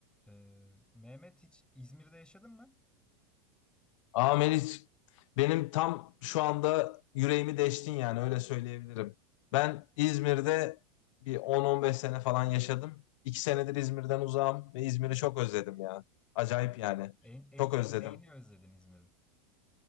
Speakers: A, in the centre; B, on the left.
A: Ee, Mehmet hiç İzmir'de yaşadın mı?
B: Aa Melis, benim tam şu anda yüreğimi deştin yani öyle söyleyebilirim. Ben İzmir'de bir 10-15 sene falan yaşadım. İki senedir İzmir'den uzağım ve İzmir'i çok özledim ya. Acayip
A: Oo.
B: yani.
A: En, en
B: Çok
A: çok
B: özledim.
A: neyini özledin İzmir'in?